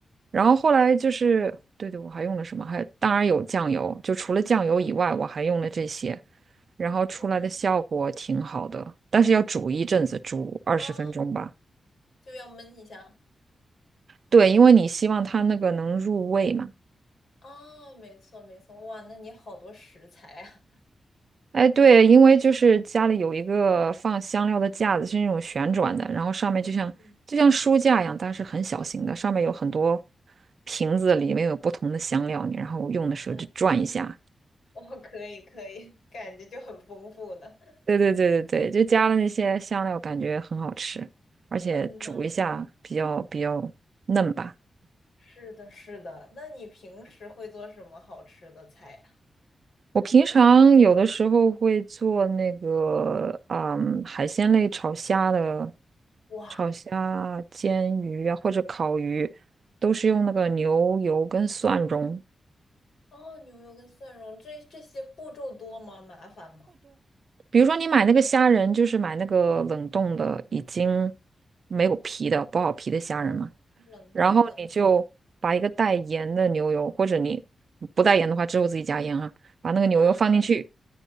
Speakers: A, on the right; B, on the left.
A: 然后后来就是，对对，我还用了什么？还当然有酱油，就除了酱油以外，我还用了这些，然后出来的效果挺好的，
B: 哇，你
A: 但是要煮一阵子，煮二十分钟吧。
B: 啊，就要焖一下。
A: 对，因为你希望它那个能入味嘛。
B: 哦，没错没错，哇，那你好多食材啊！
A: 哎，对，因为就是家里有一个放香料的架子，是那种旋转的，然后上面就像就像书架一样，
B: 嗯，
A: 但是很小型的，上面有很多瓶子，里面有不同的香料，你然后用的时候就转一下，
B: <laughs> 哎哇，我可以可以，感觉就很丰富呢。<laughs>
A: 对对对对对，就加了那些香料，感觉很好吃，而且煮一下比较比较嫩吧。
B: 嗯呐，是的，是的。那你平时会做什么好吃的菜呀？
A: 我平常有的时候会做那个，嗯，海鲜类炒虾的，
B: 哇，
A: 炒虾、煎鱼啊，或者烤鱼，都是用那个牛油跟蒜蓉。
B: 哦，牛油跟蒜蓉，这这些步骤多吗？麻烦吗？
A: 比如说你买那个虾仁，就是买那个冷冻的，已经没有皮的、剥好皮的虾仁嘛。
B: 哦，冷冻的，
A: 然后你就把一个带盐的牛油，或者你不带盐的话，之后自己加盐啊，把那个牛油放进去，
B: 嗯